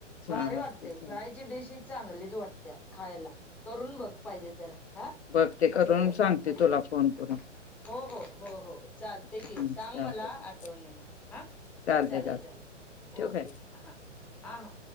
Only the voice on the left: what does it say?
चालते
चालते
बघते करून
सांगते
तुला फोन करून.
हम्म,
चालते
चालते
चालते
चालते
ठेवू
काय